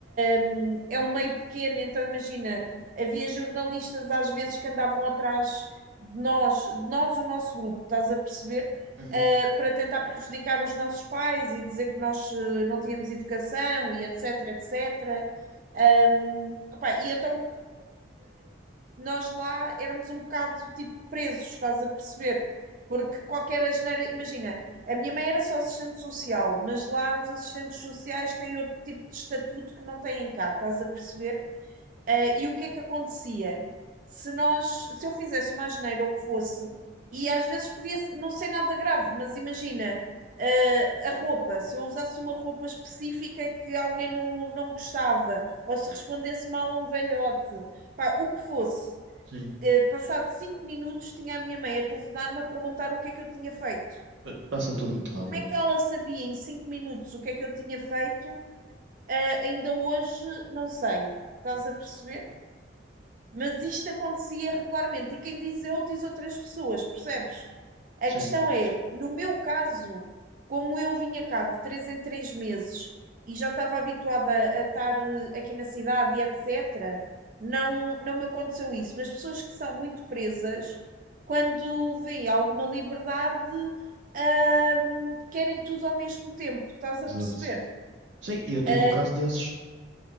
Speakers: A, on the right; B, on the right.
A: hum, é um meio pequeno, então imagina, havia jornalistas às vezes que andavam atrás de nós, de nós, o nosso grupo, estás a perceber?
B: Uhum.
A: Uh, para tentar prejudicar os nossos pais e dizer que nós uh, não tínhamos educação e etc, etc. Um, opá, e então nós lá éramos um bocado tipo presos, estás a perceber? Porque qualquer asneira, imagina, a minha mãe era só assistente social, mas lá os assistentes sociais têm outro tipo de estatuto que não têm cá, estás a perceber? Eh, e o que é que acontecia? Se nós, se eu fizesse uma asneira ou o que fosse, e às vezes podia não ser nada grave, mas imagina, eh, a roupa, se eu usasse uma roupa específica que alguém não, não gostava, ou se respondesse mal a um velhote, pá, o que fosse,
B: Sim.
A: eh, passado cinco minutos, tinha a minha mãe a telefonar-me a perguntar o que é que eu tinha feito.
B: pa- Passa tudo muito rápido.
A: Como é que ela sabia em cinco minutos o que é que eu tinha feito? Eh, ainda hoje não sei. Estás a perceber? Mas isto acontecia regularmente. E quem diz eu, diz outras pessoas, percebes? A
B: Sim.
A: questão é, no meu caso, como eu vinha cá de três em três meses e já estava habituada a estar eh, aqui na cidade e etc., não, não me aconteceu isso. Mas pessoas que são muito presas, quando vêem alguma liberdade, ahm, querem tudo ao mesmo tempo, estás a
B: Exato.
A: perceber?
B: Sim, e eu tive
A: Ah,
B: um caso desses.